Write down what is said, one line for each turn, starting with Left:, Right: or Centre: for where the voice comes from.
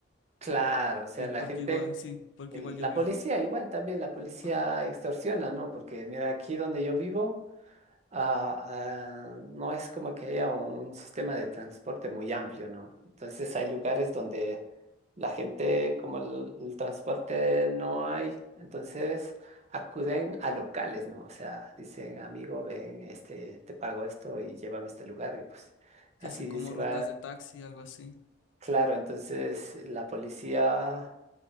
Right: Claro, o
Left: Sí,
Right: sea, la
Left: porque
Right: gente,
Left: igual, sí, porque
Right: el-
Left: igual yo
Right: la
Left: vi
Right: policía
Left: un,
Right: igual también, la policía
Left: ajá,
Right: extorsiona, ¿no? Porque mira, aquí donde yo vivo, ah, ah, no es como que haya un sistema de transporte muy amplio, ¿no? Entonces hay lugares donde la gente, como el, el transporte no hay, entonces acuden a locales, ¿no? O sea, dicen, amigo, ven, este, te pago esto y llévame a este lugar y pues
Left: que
Right: así
Left: hacen como
Right: se
Left: rutas
Right: va.
Left: de taxi, algo así.
Right: Claro, entonces la policía